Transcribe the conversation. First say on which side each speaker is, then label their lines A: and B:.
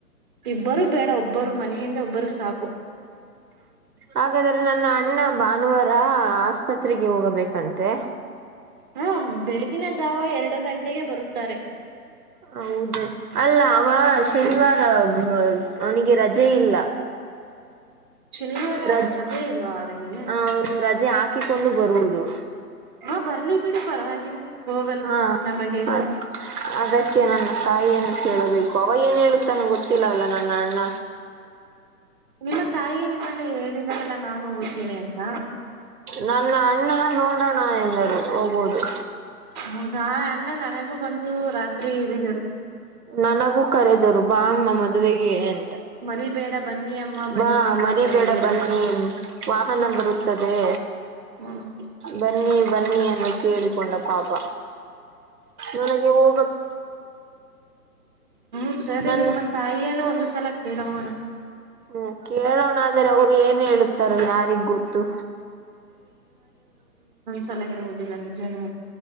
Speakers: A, on the right (about 30°); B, on the right (about 70°).
A: ಇಬ್ಬರು. ಬೇಡ ಒಬ್ಬರು ಮನೆಯಿಂದ ಒಬ್ಬರು ಸಾಕು.
B: ಹಾಗಾದ್ರೆ ನನ್ನ ಅಣ್ಣ ಬ. ಅಾನುವಾರ ಆಸ್ಪತ್ರೆಗೆ ಹೋಗಬೇಕಂತೆ
A: ಹಾ ಬೆಳಗಿನ ಜಾವ ಎರಡು ಗಂಟೆಗೆ ಬರುತ್ತಾರೆ
B: ಹೌದ ಅಲ್ಲ ಅವ ಶನಿವಾರ ಅವನಿಗೆ ರಜೆ ಪಜೆ ಇಲ್ಲ
A: ಶನಿವಾರ
B: ರಜೆ
A: ಇಲ್ವಾ ಅವರಿಗೆ.
B: ಅವನು ರಜೆ ಹಾಕಿಕೊಂಡು ಬರುವುದು
A: ಹಾ ಬರ್ಲಿ ಬಿಡಿ ಪರವಾಗಿಲ್ಲ ಹೋಗಲಿ
B: ಹಾ
A: ನಮಗೆ
B: ಹ ಅದಕ್ಕೆ ನನ್ನ ತಾಯಿಯನ್ನು ಕೇಳಬೇಕು ಪವ ಏನ್ ಹೇಳುತ್ತನ್ ಗೊತ್ತಿಲ್ಲ ಅಲ್ಲಾ ನನ್ನ ಅಣ್ಣ
A: ನಿಮ್ಮ ತಾಯಿಗೆ ನಿಮ್ಮನ್ನೆ ಹೇಳಿದ್ರಲ್ಲಾ ನಾನ್ ಹೋಗುತ್ತೇನಿ ಅಂತ
B: ನನ್ನ ಅಣ್ಣ ನೋಡೋಣ ಎಂದರು ಹೋಗೋದು.
A: ಹೌದಾ ಅಣ್ಣ ನನಗೂ ಬಂದು ರಾತ್ರಿ ಹೇಳಿದರು.
B: ನನಗೂ ಕರೆದರು ಬಾ ಅಮ್ಮ ಮದುವೆಗೆ ಅಂತ.
A: ಮರಿಬೇಡ ಬನ್ನಿ ಅಮ್ಮ ಬನ್ನಿ
B: ಬಾ
A: ಅಮ್ಮ
B: ಮರಿ
A: ಅಂದರು
B: ಬೇಡ
A: ಎರಡು
B: ಬನ್ನಿ.
A: ಸಲ.
B: ವಾಹನ ಬರುತ್ತದೆ
A: ಹ್ಮ್
B: ಬನ್ನಿ ಬನ್ನಿ ಅಂತ ಕೇಳ. ಕೊಂಡ ಪಾಪ ನನಗೆ ಹ.
A: ಹ್ಮ ಸರಿ
B: ನನ್ನ
A: ನಿಮ್ಮ ತಾಯಿಯನ ಒಂದ ಸಲ ಕೇಳೋಣ.
B: ಹ್ಮ ಕೇಳೋಣ. ಅಂದ್ರೆ ಅವ್ರು ಏನ್ ಹೇಳುತ್ತಾರ ಯಾರಿಗ್ ಗೊತ್ತು.
A: ಚಲ ಇರುವುದಿಲ್ಲ ನಿಜನೇಲ್ಲ.